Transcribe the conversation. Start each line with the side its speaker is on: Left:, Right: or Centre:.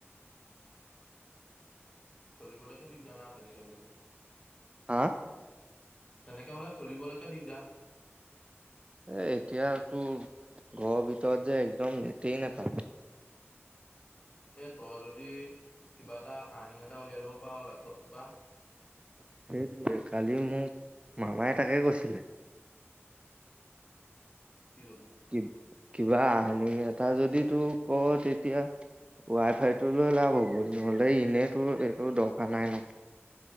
Left: চলিবলৈকে দিগদাৰ না তেনেকে হ'লে।
Right: হা?
Left: তেনেকে হ'লে চলিবলৈকে দিগদাৰ।
Right: এ এতিয়াতো ঘৰৰ ভিতৰত যে একদম নেটেই নেপা
Left: এ তই যদি, কিবা এটা আৰ্নিং এটা উলিয়াই ল'ব পাৰ লেপটপটোৰ পৰা!
Right: সেইটোৱে। কালি মোক মামাই তাকে কৈছিলে।
Left: কি কৈছে?
Right: কি কিবা আনিং এটা যদি তোক প তেতিয়া ৱাই ফাইটো লৈ লাভ হ'ব। নহ'লে এনেইতো এইটোৰ দৰকাৰ নাই ন?